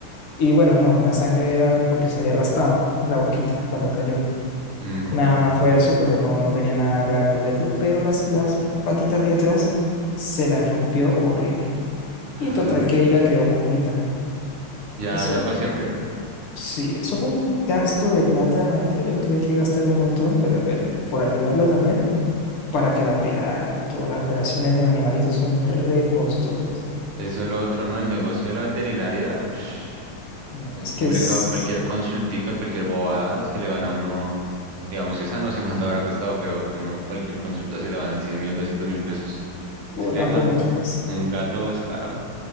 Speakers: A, on the left; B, on the right.
A: Y bueno, no, la sangre era porque se había raspado la boquita cuando cayó.
B: Mm,
A: Nada más fue eso, pero no, no tenía nada grave por dentro, pero las, las patitas de atrás se las rompió horrible.
B: ah,
A: Y total que ella quedó cojita.
B: ya,
A: Eso,
B: ya para siempre.
A: sí, eso fue un gasto de plata, marica. Yo tuve que gastar un montón, pero bueno, por ayudarla también, para que la operaran. Todas las operaciones del animalito son re costosas.
B: Eso es lo otro, ¿no? El negocio de la veterinaria, ush,
A: No,
B: es
A: es que
B: complicado.
A: es...
B: Cualquier consultica, cualquier bobada, si le van a uno, digamos, esa no sé cuánto habrá costado, pero uno, cualquier consulta, si le van 100 mil, 200 mil pesos.
A: Uh,
B: Es que
A: no,
B: man-
A: fue mucho.
B: un gato es caro.